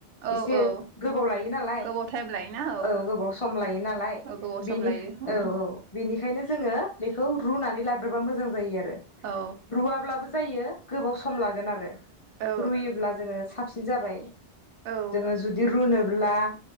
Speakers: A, on the right; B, on the left.
A: औ
B: एसे
A: औ
B: गोबाव लायो नालाय।
A: गोबाव
B: औ
A: टाइम लायोना
B: गोबाव सम लायो नालाय
A: औ गोबाव सम
B: बेनि
A: लायो
B: औ
A: उम
B: औ बेनिखायनो जोङो बेखौ रु रुनानै लाग्रोबा मोजां जायो आर रो
A: औ
B: रुवाब्लाबो जायो गोबाव सम लागोन आरो।
A: औ
B: रुयोब्ला जोङो साबस जाबाय।
A: औ
B: जोङो जुदि रुनोब्ला